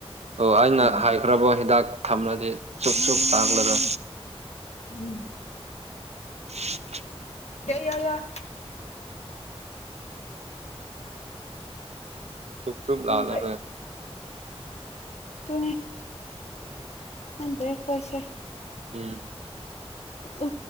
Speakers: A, on the right; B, on the left.
A: ꯑꯣ ꯑꯩꯅ
B: ꯎꯝ
A: ꯍꯥꯏꯈ꯭ꯔꯕꯣ ꯍꯤꯗꯥꯛ ꯊꯝꯂꯗꯤ ꯁꯛ ꯁꯛ ꯇꯥꯡꯂꯒ
B: ꯍꯟ
A: <inaudible>
B: ꯌꯥꯏ ꯌꯥ ꯌꯥꯏ
A: ꯁꯨꯕ ꯁꯨꯕ
B: ꯈꯪꯗ꯭ꯔꯦ
A: ꯂꯥꯂꯔꯦ
B: ꯇ <unintelligible> ꯑꯗꯦꯏꯁꯦ
A: ꯎꯝ
B: ꯎ